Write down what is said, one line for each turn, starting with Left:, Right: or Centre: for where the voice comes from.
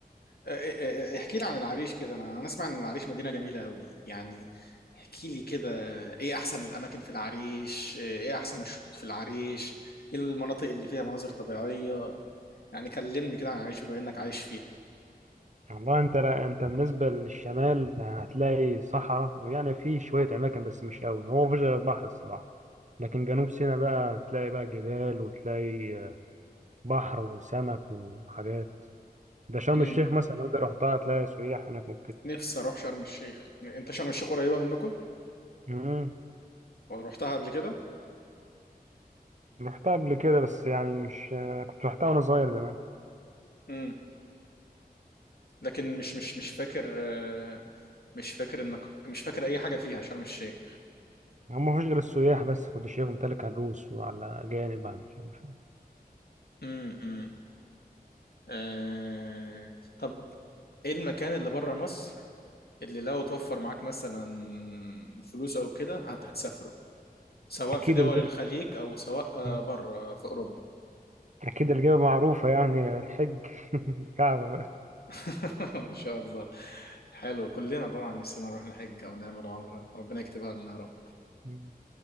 Left: آه، آه، آه، احكي لي عن العريش كده انا انا اسمع ان العريش مدينة جميلة قوي يعني احكي لي كده ايه احسن الاماكن في العريش ايه احسن الشطوط في العريش ايه المناطق اللي فيها مناظر طبيعية يعني كلمني كده عن العريش بما انك عايش فيها
Right: والله انت لا انت بالنسبة للشمال هتلاقي صحراء ويعني في شوية أماكن بس مش أوي هو مفيش غير البحر الصراحة لكن جنوب سيناء بقى هتلاقي بقى جبال وتلاقي بحر وسمك وحاجات ده شرم
Left: امم
Right: الشيخ مثلا لو انت رحتها هتلاقي سياح هناك ممكن
Left: نفسي اروح شرم الشيخ انت شرم الشيخ قريبة منكم
Right: امم
Left: ورحتها قبل كده
Right: رحتها قبل كده بس يعني مش كنت رحتها وانا صغير زمان
Left: امم لكن مش مش مش فاكر آه، مش فاكر انك مش فاكر اي حاجة فيها شرم الشيخ
Right: هم ما فيش غير السياح بس كنت شايفهم تلك على الروس وعلى اجانب على مش عارف إيه.
Left: امم آه... طب ايه المكان اللي بره مصر اللي لو توفر معاك مثلا فلوس او كده هت... هتسافره سواء
Right: اكيد
Left: في دول
Right: الجبل
Left: الخليج او سواء آه،
Right: مم.
Left: بره في اوروبا
Right: اكيد الجبل معروفه يعني الحج <laughs> الكعبه بقى
Left: <laughs> ان شاء الله حلو كلنا طبعا نفسنا نروح نحج او نعمل عمره ربنا يكتبها لنا يا رب
Right: مم.